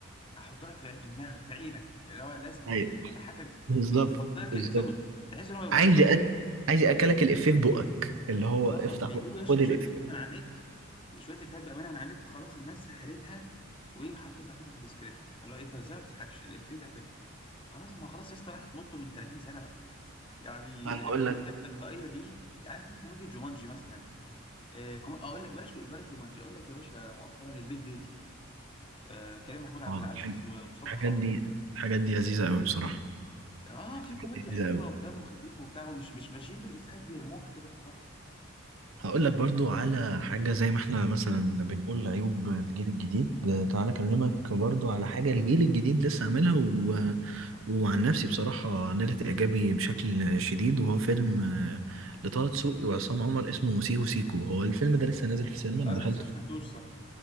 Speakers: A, on the left; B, on the right.
A: هحط لك في في دماغك في عينك اللي هو لازم تضحك
B: أيوة
A: هضحكك
B: بالظبط
A: بيتحط لك
B: بالظبط
A: الافيه بال- تحس ان هو بيبقى
B: عايز
A: انا
B: أك... عايز اكلك الافيه في بقك اللي هو
A: اه
B: افتح
A: بيجيبوا
B: بقك
A: يش-
B: خد
A: شويه
B: الافيه
A: افيهات من على النت شويه افيهات بامانه من على النت خلاص الناس هرتها ويجي حاططها كده في السكريبت كده اللي هو انت ازاي ما بتضحكش الافيه ده حلو خلاص ما خلاص يا اسطى راحت نط من 30 سنه بقى يعني
B: انا
A: الكوميديا
B: هقول لك
A: التلقائيه دي عارف انت كوميديا جومانجي مثلا آه كوم... اقول لك بلاش بلاش جومانجي اقول لك يا باشا مؤخرا البيت بيتي آه كريم محمود عبد
B: اه
A: العزيز
B: الحاج-
A: ومصطفى
B: الحاجات
A: خاطر
B: دي الحاجات دي لذيذه قوي بصراحه
A: اه في كوميديا
B: الحاجات دي
A: حلوه
B: لذيذه قوي
A: ودمه خفيف وبتاع ومش مش ماشيين بالافيهات بيرموها كده وخلاص
B: هقول لك برضو على حاجه زي ما احنا مثلا بنقول عيوب الجيل الجديد تعالى اكلمك برضو على حاجه الجيل الجديد لسه عاملها و... وعن نفسي بصراحه نالت اعجابي بشكل شديد وهو فيلم آه، لطه دسوقي وعصام عمر اسمه سيكو سيكو هو الفيلم ده لسه نازل في السينما انا
A: انا
B: دخلته
A: لسه ما سمعتوش صح